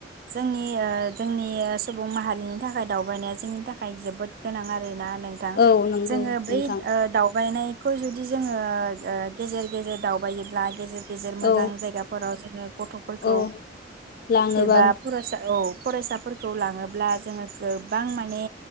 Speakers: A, on the right; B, on the left.
A: जोंनि ओ जोंनि <unintelligible> सुबुं माहारिनि थाखाय दावबायनाया जोंनि थाखाय जोबोद गोनां आरो ना। नोंथां
B: औ नंगौ
A: जोंङो बैद
B: नोंथां
A: ओ दावबायनाय खौ जुदि जोङो ओ गेजेर गेजेर दावबायोब्ला गेजे गेजेर
B: औ
A: मोजां जायगाफोराव जोङोब गथ'फोरखौ
B: औ लाङोबा
A: एबा फरायसा औ फरायसाफोरखौ लाङोब्ला जोङो गोबां माने